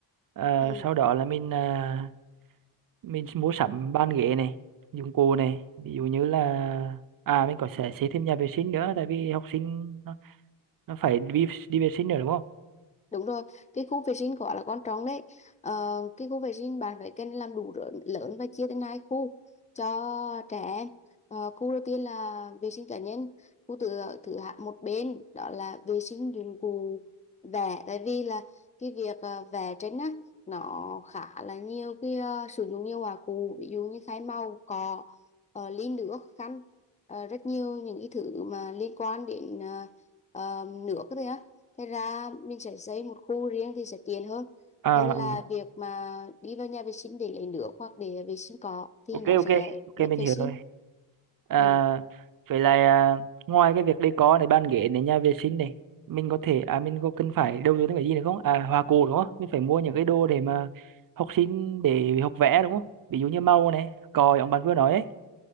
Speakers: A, on the right (about 50°); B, on the left (about 15°).
A: Ờ,
B: ừ.
A: sau đó là mình à, mình mua sắm bàn ghế này dụng cụ này ví dụ như là à mình có sẽ xây thêm nhà vệ sinh nữa tại vì học sinh nó, nó phải đi đi vệ sinh nữa đúng không
B: Đúng rồi, cái khu vệ sinh gọi là quan trọng đấy. Ờ, cái khu vệ sinh bạn phải cần làm đủ rỡ- lớn và chia thành hai khu cho trẻ em. Ờ, khu đầu tiên là vệ sinh cá nhân, khu thứ thứ hạ một bên đó là vệ sinh dụng cụ vẽ. Tại vì là cái việc uh, vẽ tranh á nó khá là nhiều cái ờ, sử dụng nhiều hòa cụ, ví dụ như khái màu, cọ, uh, ly nước, khăn, ờ, rất nhiều những cái thứ mà liên quan đến uh, nước đấy. Thế ra mình sẽ xây một khu riêng thì sẽ tiện hơn
A: à
B: hơn là
A: ừ.
B: việc mà đi vào nhà vệ sinh để lấy nước hoặc để vệ sinh cỏ thì
A: ok
B: nó
A: ok
B: sẽ
A: ok
B: mất
A: mình
B: vệ
A: hiểu
B: sinh.
A: rồi à
B: Ừ,
A: vậy là à, ngoài cái việc decor này bàn ghế này nhà vệ sinh này mình có thể à mình có cần phải đầu tư thêm cái gì nữa không à hoa cồ đúng không mình phải mua những cái đồ để mà học sinh để học vẽ đúng không ví dụ như màu này còi ông bạn vừa nói ấy